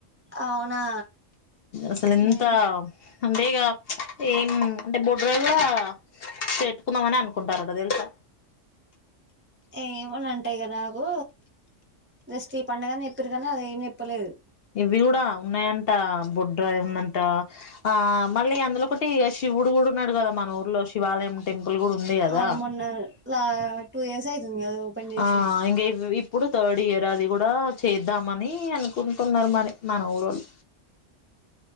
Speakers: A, on the right; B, on the left.
A: అవునా
B: అసలు ఎంత
A: నేను
B: అంటే ఇక ఏం అంటే మూడు రోజుగా పెట్టుకుందామని అనుకుంటారట తెలుసా
A: ఏమని అంటాయి కదా నాకు జస్ట్ ఈ పడుగనే చెప్పారు కానీ అది ఏమి చెప్పలేదు
B: ఇవి కూడా ఉన్నాయంట బొడ్డ ఏందంట ఆ మళ్ళీ అ ఒకటి శివుడు కూడా ఉన్నాడు కదా మన ఊర్లో శివాలయం టెంపుల్ కూడా ఉంది కదా
A: అవును మొన్న లా టూ ఇయర్స్ అయితుంది కదా ఓపెన్ చేసి
B: ఆ ఇం ఇప్పుడు థర్డ్ ఇయర్ అది కూడా చేద్దాం మని అనుకుంటున్నారు మరి మన ఊళ్ళ్ళు